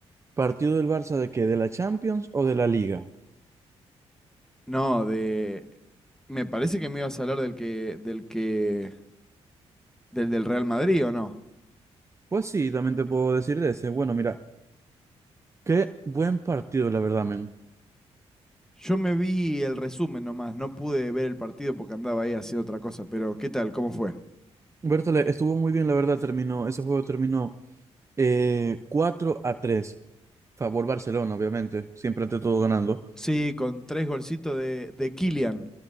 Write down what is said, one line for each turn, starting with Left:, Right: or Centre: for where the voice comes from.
Right: ¿Partido del Barça de qué? ¿De la Champions o de la Liga?
Centre: No, de... Me parece que me ibas a hablar del que, del que, del del Real Madrid, ¿o no?
Right: Pues sí, también te puedo decir de ese. Bueno, mira, qué buen partido, la verdad, men.
Centre: Yo me vi el resumen nomás, no pude ver el partido porque andaba ahí haciendo otra cosa, pero ¿qué tal? ¿Cómo fue?
Right: Bertal, estuvo muy bien, la verdad, terminó, ese juego terminó eh, 4 a tres Favor Barcelona, obviamente, siempre ante todo ganando.
Centre: Sí, con tres golcitos de, de Kylian.